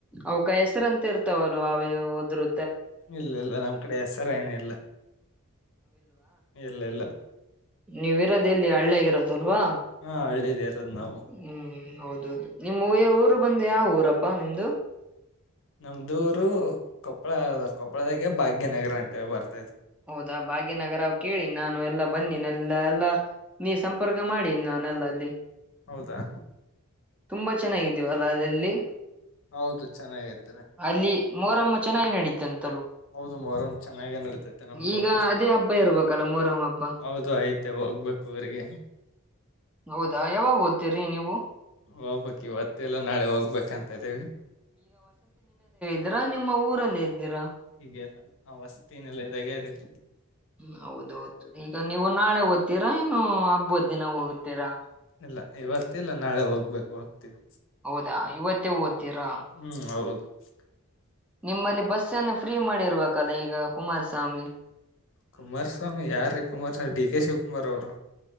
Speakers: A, in the centre; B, on the left (about 60°).
A: ಅವುಕ್ಕ ಹೆಸರು ಅಂತ ಇರ್ತವಲ್ ಅವೇ ಹೋದ್ರು.
B: ಇಲ್ಲ ಇಲ್ಲ ನಮ್ಮ್ ಕಡೆ ಹೆಸರೇ ಏನ ಇಲ್ಲ ಇಲ್ಲ ಇಲ್ಲ.
A: ನೀವು ಇರೋದ್ ಎಲ್ಲಿ ಹಳ್ಳೇಗಿರೋದು. ದಲ್ವಾ
B: ಹಾ ಹಳ್ಳಿಲಿ ಇರೋದ್ ನಾವು
A: ಹ್ಮ. ಹೌದೌಹೌದು ನಿಮ್ಮ್ ಊರು ಬಂದು ಯಾವ ಊರಪ್ಪ ನಿಮ್ದು.
B: ನಮ್ದೂರು ಕೊಪ್ಪಳ ಕೊಪ್ಪಳಕ್ಕೆ ಭಾಗ್ಯನಗರ ಅಂತ ಬರುತ್ತೆ.
A: ಹೌದಾ ಭಾಗ್ಯನಗರ ಕೇಳಿ ನಾನು ಎಲ್ಲಾ ಬಂದೀನ ಎಲ್ಲ ಎಲ್ಲಾ ನೀ ಸಂಪರ್ಕ ಮಾಡೀನಿ ನಾನೆಲ್ಲ ಅಲ್ಲಿ
B: ಹೌದಾ
A: ತುಂಬಾ ಚೆನ್ನಾಗಿದೀವ ಅಲ್ಲ ಅಲ್ಲಲ್ಲಿ
B: ಹೌದು ಚೆನ್ನಾಗಿೈತ್ತು
A: ಅಲ್ಲಿ ಮೋರಮ್ಮ ಚೆನ್ನಾಗಿಏ ನಡೀಿತಂತೆ.
B: ಹೌದು ಮರ ಚೆನ್ನಾಗೇ ನಡತೈತೆ ನಮ
A: ಈಗ
B: ಕಪ
A: ಅದೇ ಹಬ್ಬ ಇರ್ಬೇಕಲ್ಲ ಮೊಹರಂ ಹಬ್ಬ
B: ಹೌದು ಐತೆ ಹೋಗ್ಬೇಕು ಅವರಿಗೆ
A: ಹೌದಾ ಯಾವಾಗ ಓದ್ತೀರಿ ನೀವು
B: ಹೋಗ್ಬೇಕು ಇವತ್ತ ಎಲ್ಲ ನಾಳೆ ಹೋಗ್ಬೇಕ ಅಂತ ಇದ್ದೀವಿ.
A: ಇದೀರಾ ನಿಮ್ಮ ಊರಲ್ಲಿ ಇದ್ದೀರಾ.
B: ಹೀಗೆಲ್ಲ ಆ ವಸ್ತಿನಲ್ಲ ಇದಾಗದಿಲ್ಲ.
A: ಹ ಹೌದೌದು ಈಗ ನೀವು. ನಾಳೆ ದ್ತೀರಾ ಏನು. ಹಬ್ಬದ ದಿನ ಹೋಗುತ್ತೀರಾ
B: ಇಲ್ಲ ಇವತ್ತೆಲ್ಲ ನಾಳೆ ಹೋಗ್. ಬರಕು ಆಗ್ತಿಲ್ಲ
A: ಹೌದಾ ಇವತ್ತೇ ಓದ್ತೀರಾ.
B: ಹ್ಮ್ <inaudible>
A: ನಿಮ್ಮಲ್ಲಿ ಬಸ್ನ್ನು ಫ್ರೀ ಮಾಡಿರ್ಬೇಕಲ್ಲ ಈಗ. ಕುಮಾರಸ್ವಾಮಿ.
B: ಕುಮಾರಸ್ವಾಮಿ ಯಾರ ರೀ ಕುಮಾರಸ್ವಾಮಿ ಡಿ ಕೆ ಶಿವಕುಮಾರ್ ಅವರು.